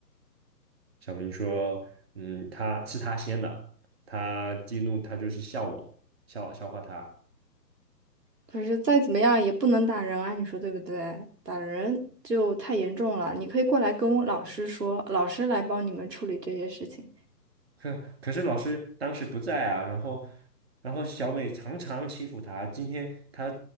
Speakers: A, on the right (about 35°); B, on the right (about 70°).
A: 小明说，嗯，他是他先的，他激怒他就是笑我，笑笑话他。
B: 可是再怎么样也不能打人啊，你说对不对？打人就太严重了。你可以过来跟我老师说，老师来帮你们处理这些事情。
A: <laughs> 可可是老师当时不在啊，然后然后小美常常欺负他，今天他